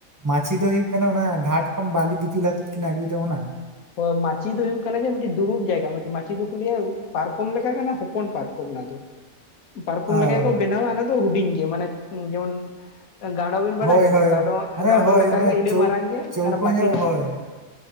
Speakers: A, on the right; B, on the left.
A: ᱢᱟᱹᱪᱤ ᱫᱚ ᱦᱩᱭᱩᱜ ᱠᱟᱱᱟ ᱚᱱᱟ ᱜᱷᱟᱴ ᱠᱷᱚᱱ ᱵᱟᱞᱤ ᱫᱤᱯᱤᱞ ᱟᱛᱮᱫ ᱠᱤᱱ ᱟᱹᱜᱩᱭ ᱫᱚ ᱚᱱᱟ᱾
B: ᱢᱟᱹᱪᱤ ᱫᱚ ᱦᱩᱭᱩᱜ ᱠᱟᱱᱟ ᱡᱮ ᱢᱤᱫᱴᱤᱡ ᱫᱩᱲᱩᱵ ᱡᱟᱭᱜᱟ ᱢᱤᱫᱴ ᱢᱟᱪᱤ ᱫᱚᱠᱚ ᱞᱟᱹᱭᱟ ᱯᱟᱨᱠᱚᱢ ᱞᱮᱠᱟ ᱠᱟᱱᱟ ᱦᱚᱯᱚᱱ ᱯᱟᱨᱠᱚᱢ ᱚᱱᱟ ᱫᱚ᱾ ᱯᱟᱨᱠᱚᱢ
A: ᱚ
B: ᱞᱮᱠᱟ ᱜᱮᱠᱚ ᱵᱮᱱᱟᱣᱟ ᱚᱱᱟ ᱫᱚ ᱦᱩᱰᱤᱧ ᱜᱮ ᱢᱟᱱᱮ ᱡᱮᱢᱚᱱ ᱜ᱾ ᱟᱵᱤᱱ ᱵᱟᱰᱟᱭ
A: ᱦᱳᱭ
B: ᱜᱮᱫᱚ
A: ᱦᱳᱭ
B: ᱜᱟᱸᱰᱳ
A: ᱢᱟᱱᱮ
B: ᱟᱜ ᱜᱟᱸᱰᱚ
A: ᱦᱳᱭ
B: ᱞᱮᱠᱟ
A: ᱚᱱᱟ
B: ᱜᱮ ᱤᱱᱟᱹ
A: ᱪᱳ
B: ᱢᱟᱨᱟᱝ ᱜᱮ
A: ᱪᱳᱣᱠᱳ
B: ᱚᱱᱟ ᱯᱟᱪᱤᱼᱼ
A: ᱧᱚᱜ ᱦᱳᱭ